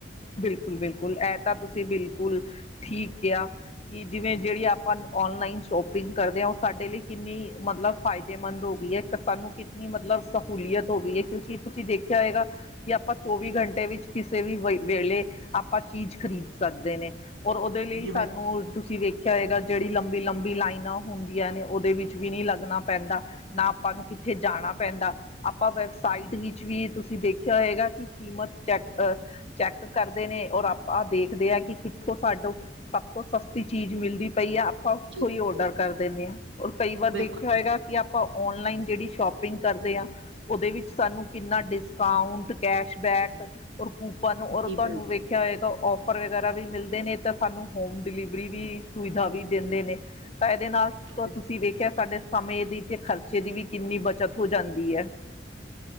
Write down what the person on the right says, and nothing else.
ਜੀ ਬਿਲ
ਜੀ ਬਿਲਕੁਲ
ਬਿਲਕੁਲ
ਜੀ
ਬਿਲਕੁਲ
ਬਿਲਕੁਲ